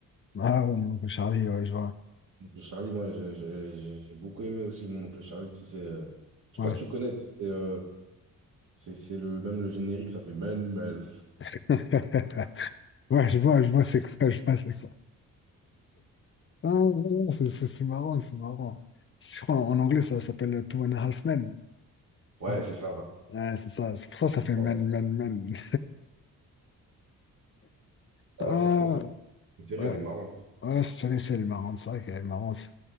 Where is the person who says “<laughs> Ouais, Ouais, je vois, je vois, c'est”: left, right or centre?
Left